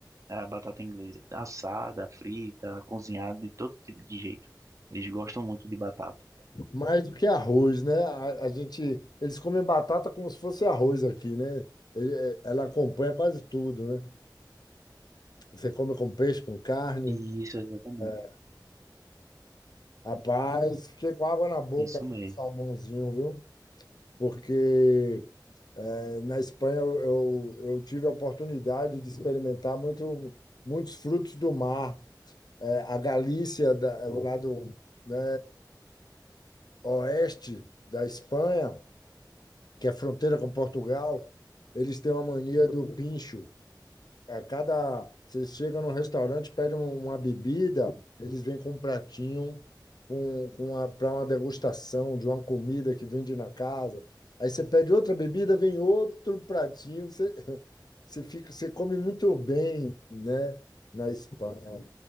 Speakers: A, on the right (about 45°); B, on the left (about 60°).
A: É a batata inglesa. Assada, frita, cozinhada, de todo tipo de jeito. Eles gostam muito de batata.
B: Mais do que arroz, né? A, a gente, eles comem batata como se fosse arroz aqui, né? Ele- é, ela acompanha quase tudo, né? Você come com peixe, com carne.
A: Isso, exatamente.
B: É, Rapaz, fiquei com água na boca
A: Isso
B: com
A: mesmo.
B: salmãozinho, viu? porque eh, na Espanha eu, eu, eu tive a oportunidade de experimentar muito, muitos frutos do mar. Eh, a Galícia, da, é, o lado, né, oeste da Espanha, que é fronteira com Portugal, eles têm uma mania do pincho a cada. Você chega num restaurante, pede um- uma bebida, eles vêm com um pratinho com, com a para uma degustação de uma comida que vende na casa. Aí você pede outra bebida, vem outro pratinho. Você, <laughs> você fica, você come muito bem, né, na Espanha.